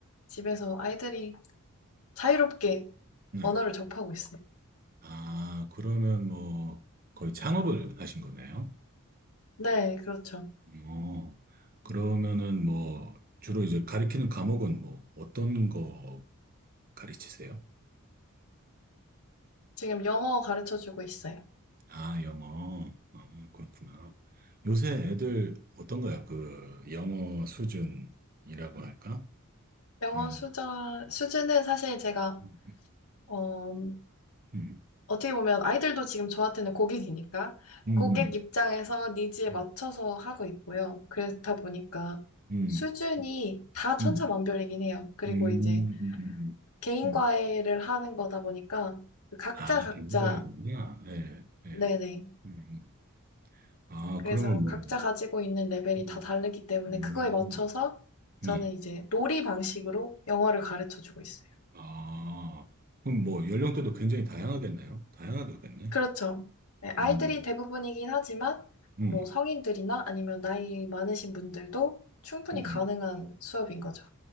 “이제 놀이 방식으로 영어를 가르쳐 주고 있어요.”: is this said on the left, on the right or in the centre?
Left